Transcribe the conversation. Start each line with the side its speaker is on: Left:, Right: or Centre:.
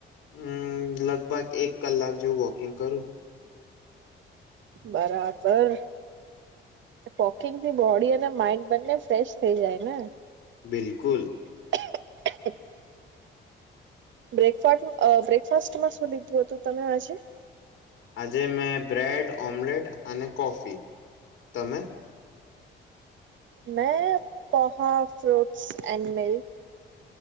Left: હમ લગભગ એક કલાક જેવું વોકિંગ કરું.
Right: બરાબર. વકિંગ થી બોડી અને માઈન્ડ બંને ફ્રેશ થઈ જાય ને.
Left: બિલકુલ.
Right: <unintelligible> બ્રેકફાટનું અ બ્રેકફાસ્ટમાં શું લીધું હતું તમે આજે.
Left: આજે મેં બ્રેડ, ઓમ્લેટ અને કોફી તમે?
Right: મેં poha fruits and milk.